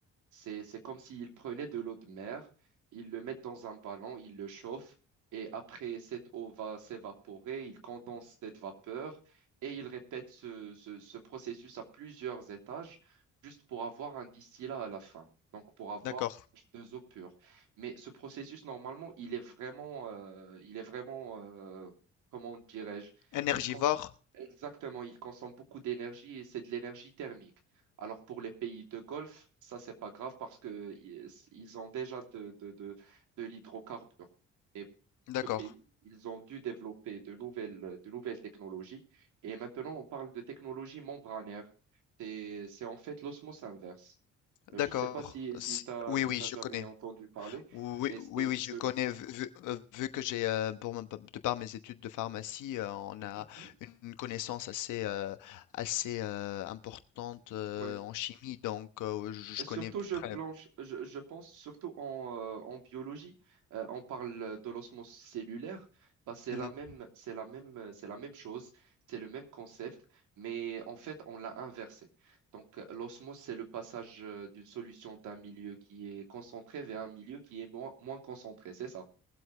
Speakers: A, on the right (about 80°); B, on the left (about 85°).
A: C'est, c'est comme s'ils prenaient de l'eau de mer, ils le mettent dans un ballon, ils le chauffent, et après, cette eau va s'évaporer, ils condensent cette vapeur, et ils répètent ce, ce- ce processus à plusieurs étages, juste pour avoir un distillat à la fin, donc pour avoir
B: D'accord.
A: H2O pur. Mais ce processus, normalement, il est vraiment, euh, il est vraiment, euh, comment dirais-je,
B: Énergivore,
A: il cons- Exactement, il consomme beaucoup d'énergie et c'est de l'énergie thermique. Alors pour les pays de Golfe, ça, c'est pas grave parce que ils ils ont déjà de, de, de, de l'hydrocarbure. Et pour
B: d'accord.
A: ce pays, ils ont dû développer de nouvelles, de nouvelles technologies. Et maintenant, on parle de technologie membranaire. C'est, c'est en fait l'osmose inverse. Euh,
B: D'accord.
A: Je ne sais pas si, si
B: Si-
A: tu as,
B: Oui,
A: si
B: oui,
A: t'as
B: je
A: jamais
B: connais.
A: entendu parler,
B: Oui,
A: mais
B: oui,
A: c'est
B: oui, je
A: de...
B: connais,
A: l'o-
B: vu, vu- euh, vu que j'ai, euh, pour, mon- de par mes études de pharmacie, euh, on a
A: Mhm.
B: une connaissance assez, euh, assez euh, importante euh,
A: Ouais.
B: en chimie, donc euh, je je
A: Euh, Surtout,
B: connais à peu
A: je,
B: près.
A: planche, je, je pense surtout en, euh, en biologie. Euh, on parle de l'osmose cellulaire. Bah, c'est
B: Mhm,
A: la même, c'est la même, euh, c'est la même chose, c'est le même concept, mais en fait, on l'a inversé. Donc, euh, l'osmose, c'est le passage euh, d'une solution d'un milieu qui est concentré vers un milieu qui est moins, moins concentré, c'est ça?